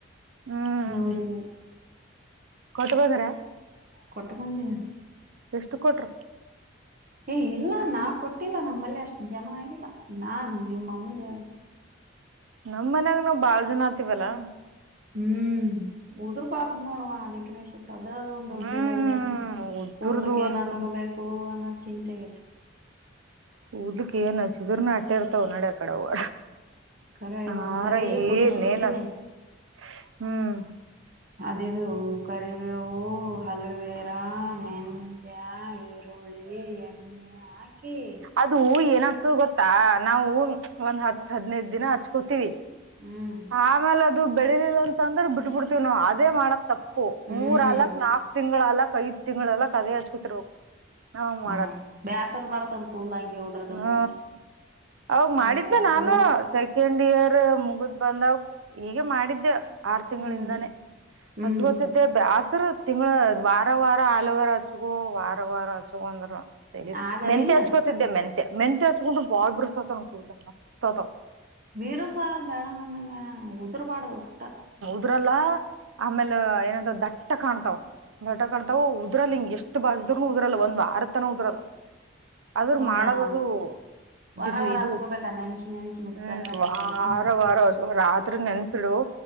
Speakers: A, on the right; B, on the right.
A: ಹ್ಮ್
B: ನೋಡಿದೆ
A: ಕೊಟ್ಟ ಬೋದ್ರ
B: ಕೊಟ್ಟ ಬಂದಿನಿ
A: ಎಷ್ಟು ಕೊಟ್ರು
B: ಏ ಇಲ್ಲ ನಾವ್ ಕೊಟ್ಟಿಲ್ಲ ನಮ ಬಳಿ ಅಷ್ಟು ಜಮಾ ಆಗಿಲ್ಲ ನಾನ್ ನಿಮ್ಮ ಮಮ್ಮಿದ ಹೇಳ್ದ
A: ನಮ್ ಮನ್ಯಾಗ ನಾವು ಬಾಳ ಜನ ಆತಿವಲ್ಲಾ
B: ಹ್ಮ್ ಉದರ್ಬಾರ್ದು ನೋಡುವ ಅದಿಕ್ಕೆ <unintelligible> ಅದೇ ಅದೊಂದ್ ದೊಡ್ಡ
A: ಹ್ಮ್
B: ಇದಾಗೈತಿ
A: ಉದ್ರದು
B: ಕೂದ್ಲಕ ಏನ
A: ಅಂತ
B: ಹಚ್ಕೋಬೇಕು ಅನ್ನೋ ಚಿಂತೆ ಆಗೈತಿ
A: ಕೂದ್ಲಿಕ್ ಏನ ಹಚ್ಚಿದ್ರುನು ಅಟ್ಟೆ ಇರ್ತಾವ್ ನಡಿ ಆ ಕಡೆವ್ವ
B: ಖರೆ
A: ಹಾರ
B: ಒಂದ್ಸರಿ
A: ಏನ್
B: ಕುದಿಸಿ ಇಟ್ಟಿನಿ
A: ಏನ್ <unintelligible> ಹ್ಮ್
B: ಅದ ಇದು ಕರಿಬೇವು ಹಲುವೆರ ಮೆಂತ್ಯ ಒಳ್ಳೆ ಎಣ್ಣೆ ಹಾಕಿ
A: ಅದು ಏನಾಗ್ತದ ಗೊತ್ತಾ ನಾವು ಒಂದ್ ಹತ್ ಹದ್ನೈದ ದಿನ ಹಚ್ಕೋತಿವಿ
B: ಹ್ಮ್
A: ಆಮೇಲೆ ಅದು ಬೆಳಿಲಿಲ್ಲ ಅಂತಂದ್ರ ಬಿಟ್ಬಿಡ್ತವಿ ನಾವವು ಅದೇ ಮಾಡಕ್ ತಪ್ಪು
B: ಹ್ಮ್
A: ಮೂರ್ ಅಲಕ್ ನಾಕ್ ತಿಂಗಳಲ್ಲ ಕೈ ತಿಂಗಳಲ್ಲ ಕದ ಹಚ್ಕೊತಿರ್ಬೇಕು ನಾವ್ ಹಂಗ್
B: ಹ್ಮ ಬೇಸರ್ ಬರತದ ಕೂಲ ಹಂಗೆ ಉದ್ರಕತ್ತು
A: ಹ್ಮ
B: ಅಂದ್ರ
A: ಅವಾಗ ಮಾಡಿದ್ದೆ
B: ಅಯ್ಯ
A: ನಾನು
B: ಬಡು
A: ಸ ಸೆಕೆಂಡ್ ಇಯರ್ ಮುಗುದ್ ಬಂದಾವ ಹೀಗೆ ಮಾಡಿದ್ದೆ ಆರು ತಿಂಗಳಿಂದಾನೇ
B: ಹ್ಮ್ ಹ್ಮ್
A: ಅಚ್ಗೋತ ಮ ಹಸರು ತಿಂಗಳು ವಾರ ವಾರ ಆಲವಾರ ಆಚ್ಗೋ ವಾರ ವಾರ ಆಚ್ಗೋ ಅಂದ್ರೆ
B: ಆಗಲಿಲ್ಲ
A: ಮೆಂತೆ ಹಚ್ಕೋತಿದ್ದೆ ಮೆಂತೆ ಮೆಂತೆತ್ ಹಚ್ಕೊಂಡು ಬಾಳ್ ಬಿಡ್ ಸತವ ಕೂಡ್ಲ ಮಸ್ತ್ ಸತವ
B: ಬೀರುಸ ಆಗದ್ ಬೇಡ ನನಗೆ ಉದ್ರಬಾಡ್ದ್ ಒಟ್ಟ
A: ಇಬ್ರಲ್ಲಾ ಆಮೇಲ್ ಏನಂತ ದಟ್ಟ ಕಾಣ್ತಾವ ದಟ ಕಂಟಾವವು ಉದ್ರಲ್ಲ ಹಿಂಗ ಎಷ್ಟು ಬಾಸ್ನು ಉದ್ರಲ್ಲ ಒಂದ್ ವಾರತನ ಉದ್ರಲ್ಲ ಅದ್ರ
B: ಹೌದಾ
A: ಮಾಡದದು
B: ವಾರ
A: ಬಿಸಿಲು
B: ವಾರ
A: ಇದು
B: ಹಚ್ಕೋಬೇಕಾ ನೆನ್ಸಿ ನೆನ್ಸಿ ಮಿಕ್ಸರ್ಕಾಗಿ
A: ಹ್ಮ್ ವಾರ
B: ಹಚ್ಕೋಬೇಕೇನ್
A: ರಾತ್ರಿ ನೆನ್ಸಿಡು